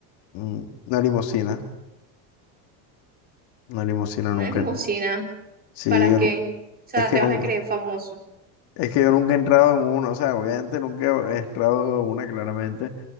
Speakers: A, on the left; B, on the right.
A: mm, una limusina. Una limusina
B: Una
A: nunca.
B: limusina.
A: Sí,
B: ¿Para
A: yo
B: qué?
A: no.
B: O sea,
A: Es que
B: te
A: no.
B: vas a creer famoso.
A: Es que yo nunca he entrado en uno, o sea, obviamente nunca he entrado en una claramente,